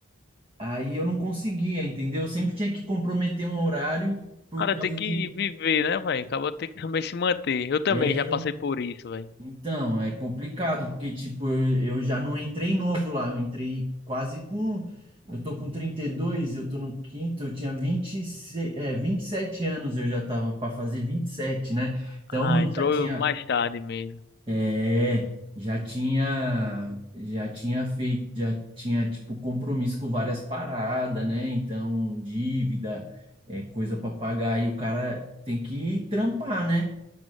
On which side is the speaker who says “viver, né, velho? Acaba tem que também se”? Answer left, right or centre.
Left